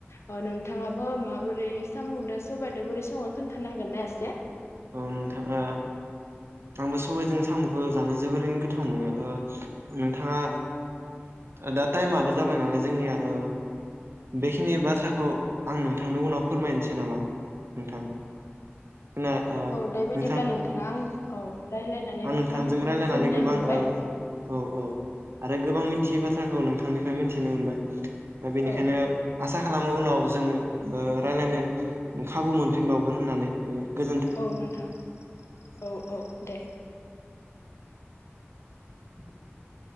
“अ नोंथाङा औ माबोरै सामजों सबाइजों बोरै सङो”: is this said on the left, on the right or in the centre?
Left